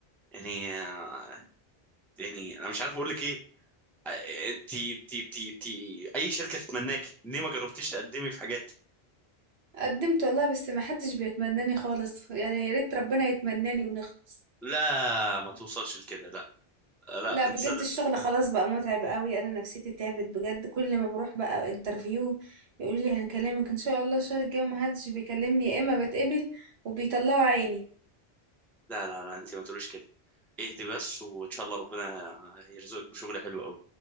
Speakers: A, in the centre; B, on the right.
A: يعني آه، يعني انا مش عارف اقول لك ايه انتي تي تي تي اي شركه تتمناكي ليه ما جربتيش تقدمي في حاجات
B: قدمت والله بس ما حدش بيتمناني خالص يعني يا ريت ربنا يتمناني ونخلص
A: لا ما توصلش لكده لا لا
B: لا بجد
A: انت صدق
B: الشغل خلاص بقى متعب قوي انا نفسيتي تعبت بجد كل ما بروح بقى انترفيو يقولوا لي هنكلمك ان شاء الله الشهر الجاي وما حدش بيكلمني يا اما بتقبل وبيطلعوا عيني
A: لا لا لا انت ما تقوليش كده اهدي بس وان شاء الله ربنا يرزقك بشغل حلو قوي